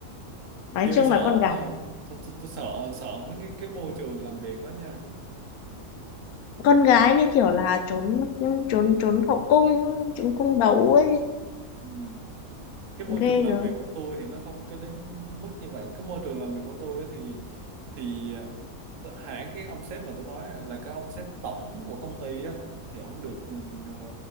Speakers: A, on the left; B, on the right.
A: nói
B: ghê
A: chung
B: sợ
A: là con gái
B: quá ha tôi, tôi, tôi sợ sợ mấy cái cái môi trường làm việc đó nha
A: con gái như kiểu là trốn trốn trốn hậu cung trốn cung đấu ấy
B: ừ. cái môi
A: ghê
B: trường làm
A: rồi
B: việc của tôi thì nó không cái đến mức như vậy cái môi trường làm việc của tôi á thì thì ờ, hãng cái ông sếp mà tôi nói á, là cái ông sếp tổng của công ty á thì ông được ừ, ờ,